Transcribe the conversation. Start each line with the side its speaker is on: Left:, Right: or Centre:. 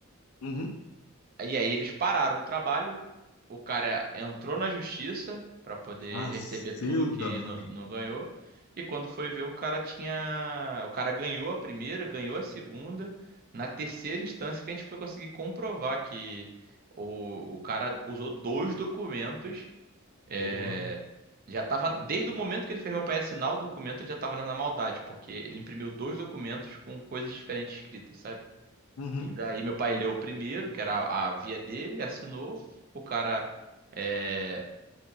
Left: Uhum.
Right: E aí eles pararam o trabalho, o cara entrou na justiça pra poder
Left: Macilda,
Right: receber tudo que
Left: mano.
Right: não não ganhou. E quando foi ver, o cara tinha, o cara ganhou a primeira, ganhou a segunda, na terceira instância que a gente foi conseguir comprovar que o, o cara usou dois documentos, é,
Left: Porra.
Right: já tava, desde o momento que ele fez meu pai assinar o documento, ele já tava na na maldade, porque ele imprimiu dois documentos com coisas diferentes escritas, sabe?
Left: Uhum.
Right: E daí meu pai leu o primeiro, que era a, a via dele, assinou. O cara é,